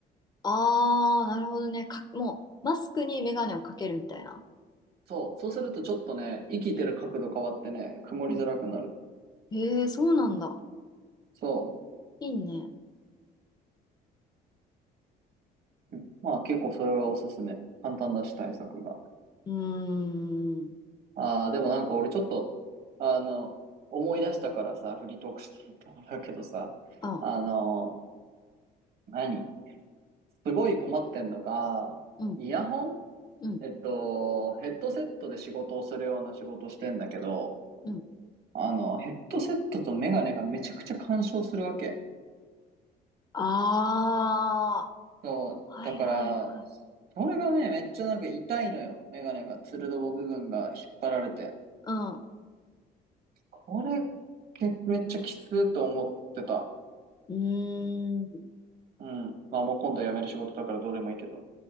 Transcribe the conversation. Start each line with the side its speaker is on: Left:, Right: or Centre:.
Left: あー、なるほどね。か、もう、マスクにメガネをかけるみたいな。
Right: そう。そうするとちょっとね、生きてる角度変わってね、
Left: うん、
Right: 曇りづらくなる。
Left: うん。えー、そうなんだ。
Right: そ
Left: いいね。
Right: う。うんまあ結構それはおすすめ。簡単だし対策が。
Left: うーん。
Right: ああ、でもなんか俺ちょっと、あの、思い出したからさ、フリートークしてみてもらうけどさ、
Left: あ、
Right: あの、何すごい困ってんのが、
Left: うん、
Right: イヤホン
Left: うん、
Right: えっと、ヘッドセットで仕事をするような仕事してんだけど、
Left: うん。
Right: あの、ヘッドセットとメガネがめちゃくちゃ干渉するわけ。
Left: あ
Right: そう、
Left: ー、はいはいはい。
Right: だから、それがね、めっちゃなんか痛いのよ。メガネが、つるどぼ部分が引っ張られて。
Left: う
Right: これ、けめっちゃきつーと思ってた。
Left: ん。うーん。
Right: うん。まあもう今度辞める仕事だからどうでもいいけど。